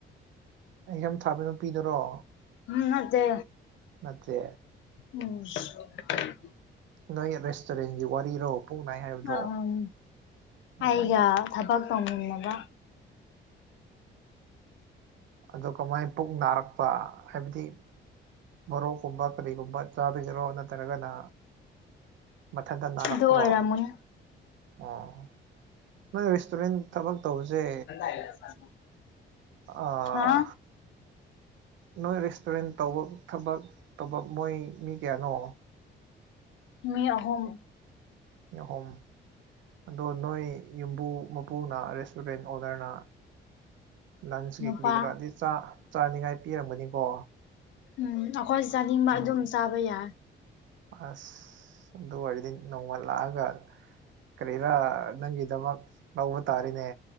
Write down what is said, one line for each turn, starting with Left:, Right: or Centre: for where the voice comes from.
Right: ꯑꯩ ꯌꯥꯝ ꯊꯥꯕ ꯅꯨꯄꯤꯗꯨꯔꯣ
Left: ꯎꯝ ꯅꯠꯇ
Right: ꯅꯠꯇꯦ
Left: ꯎ
Right: ꯅꯣꯏ ꯔꯦꯁꯇꯨꯔꯦꯟꯒꯤ ꯋꯥꯔꯤꯔꯣ ꯄꯛꯅꯥꯏ ꯍꯥꯏꯕꯗꯣ
Left: ꯎꯝ
Right: ꯎ
Left: ꯑꯩꯒ ꯊꯕꯛ ꯇꯧꯅꯤꯡꯂꯒ
Right: ꯑꯗꯨ ꯀꯃꯥꯏꯅ ꯄꯨꯛ ꯅꯥꯔꯛꯄ ꯍꯥꯏꯕꯗꯤ ꯃꯣꯔꯣꯛꯀꯨꯝꯕ ꯀꯔꯤꯒꯨꯝꯕ ꯆꯥꯕꯤꯈꯔꯣ ꯅꯠꯇ꯭ꯔꯒꯅ ꯃꯊꯟꯇ ꯅꯥꯔꯛꯄ꯭ꯔꯣ
Left: ꯑꯗꯨ ꯑꯣꯏꯔꯝꯃꯅꯤ
Right: ꯑꯣ ꯅꯣꯏ ꯔꯦꯁꯇꯨꯔꯦꯟ ꯊꯕꯛ ꯇꯧꯕꯁꯦ
Left: <inaudible>
Right: ꯑꯥ
Left: ꯍꯥ
Right: ꯅꯣꯏ ꯔꯦꯁꯇꯨꯔꯦꯟ ꯇꯧꯕ ꯊꯕꯛ ꯇꯧꯕ ꯃꯣꯏ ꯃꯤ ꯀꯌꯥꯅꯣ
Left: ꯃꯤ ꯑꯍꯨꯝ
Right: ꯑꯍꯨꯝ ꯑꯗꯣ ꯅꯣꯏ ꯌꯨꯝꯕꯨ ꯃꯄꯨꯅ ꯔꯦꯁꯇꯨꯔꯦꯟ ꯑꯣꯗꯔꯅ ꯂꯟꯁ ꯀꯩ
Left: ꯅꯨꯄꯥ
Right: ꯀꯔꯤ ꯀꯔꯥꯗꯤꯥ ꯆꯥꯅꯤꯉꯥꯏ ꯄꯤꯔꯝꯒꯅꯤꯀꯣ
Left: ꯎꯝ ꯑꯩꯈꯣꯏ ꯆꯥꯅꯤꯡꯕ ꯑꯗꯨꯝ ꯆꯥꯕ ꯌꯥꯏ
Right: ꯑꯁ ꯑꯗꯨ ꯑꯣꯏꯔꯗꯤ ꯅꯣꯡꯃ ꯂꯥꯛꯑꯒ ꯀꯔꯤꯔꯥ ꯅꯪꯒꯤꯗꯃꯛ ꯂꯧꯕ ꯇꯥꯔꯤꯅꯦ